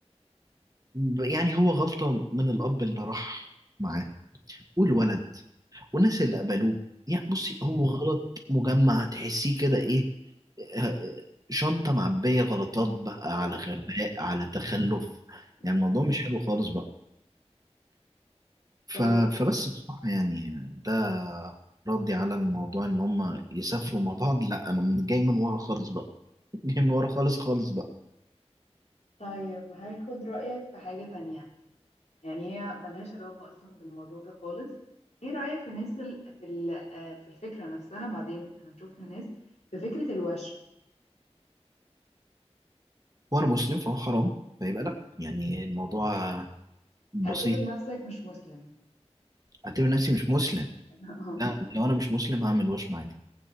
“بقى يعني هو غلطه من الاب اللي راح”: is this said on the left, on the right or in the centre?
Right